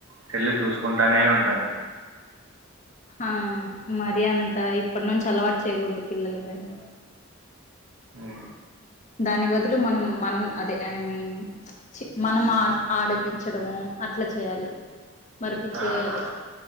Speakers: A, on the right; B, on the left.
A: సేల్లు చూసుకుంటానే ఉంటారు
B: హ మరి అంత ఇప్పటి నుంచి అలవాటు చేయకూడదు పిల్లలకని
A: మ్
B: దాని బదులు మనం మనం అదే ఐ మీన్ మనం ఆడ్ ఆడిపించడము అట్లా చేయాలి మరిపిచ్చేయాలి
A: ఆ ఆ